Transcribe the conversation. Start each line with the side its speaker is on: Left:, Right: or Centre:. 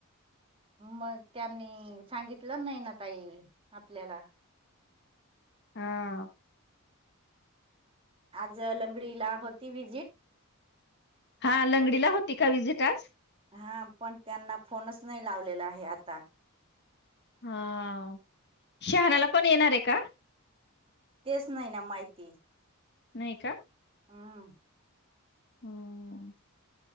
Right: मग त्यांनी सांगितलं नाही ना तई आपल्याला
Left: हा
Right: आज लंगडीला होती व्हजिट
Left: हा लंगडीला होती का विजिटज
Right: हा पण त्यांना फोनच नाही लावलेला आहे आता
Left: हा शहराला पण येणार आहे का
Right: तेच नाही ना माहिती
Left: नाही का
Right: हम्म
Left: हम